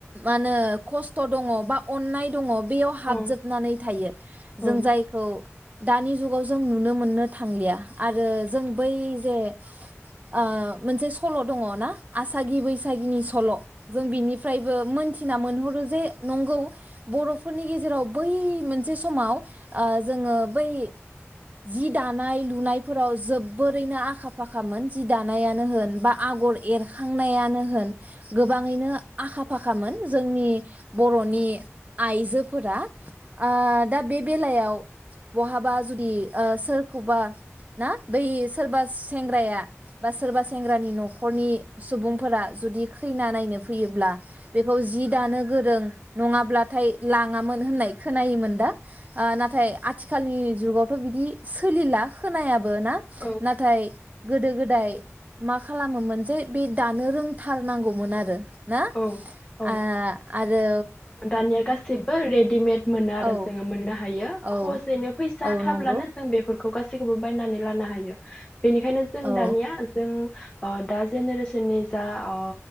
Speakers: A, on the right; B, on the left.
A: मानो खस्थ' दङ बा अननाय दङ बेयाव हाबजोबनानै
B: औ
A: थायो जों
B: औ औ
A: जायखौ दानि जुगाव जों नुनो मोननो थांलिया आरो जों बै जे ओ मोनसे सल' दङ ना आसागि बैसागिनि सल' जों बिनि फ्रायबो मोनसे ना मोनहरो जे नंगौ बर'फोरनि गेजेराव बै मोनसे समाव जोङो बै जि दानाय लुनायफोराव जोबोरैनो आखा फाखामोन जि दानायानो होन बा आगर एरखांनायानो होन गोबाङैनो आखा फाखामोन जोंनि बर'नि आइजोफोरा आ दा बे बेलायाव बहाबा जुदि सोरखौबा ना बै सोरबा सेंग्राया बा सोरबा सेंग्रानि न'खर न'खरनि सुबुंफोरा जुदि खैना नायनो फैयौब्ला बेखौ जि दानो गोरों नङाब्लाथाय लाङामोन होननाय खोनायोमोन दा ओ नाथाय आथिखालनि जुगावथ' बिदि सोलिला खोनाया बो ना
B: औ
A: नाथाय गोदो गो दाय मा खालामोमोनजे बे दानो रोंथारनांगौमोन आरो। ना
B: औ औ
A: आ-आरो
B: दानिया गासैबो रेडिमेड मोनो आरो
A: औ
B: जोङो मोननो हायो। खहजैनो
A: औ
B: फैसा
A: औ
B: थाब्लानो
A: नंगौ
B: जों बेफोर खौ गासैखौबो बायनानै लानो हायो। बेनिखायनो जों
A: औ
B: दानिया जों अ दा जेनेरेसननि जा अ